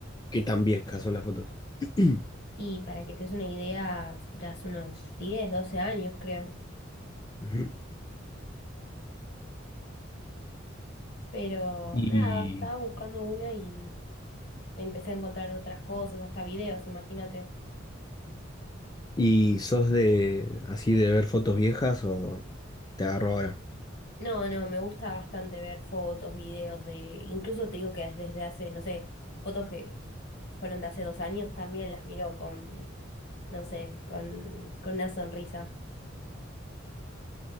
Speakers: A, on the left (about 20°); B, on the left (about 60°).
A: qué tan viejas son las fotos. <clears throat>
B: Y para que te des una idea, de hace unos 10 12 años creo.
A: Ujú.
B: Pero
A: ¿Y,
B: nada, estaba buscando una y empecé a encontrar otras cosas, hasta videos, imagínate.
A: y sos de así de ver fotos viejas o te agarro ahora?
B: No, no, me gusta bastante ver fotos, videos de... Incluso te digo que desde hace, no sé, fotos que fueron de hace dos años también las miro con no sé, con, con una sonrisa.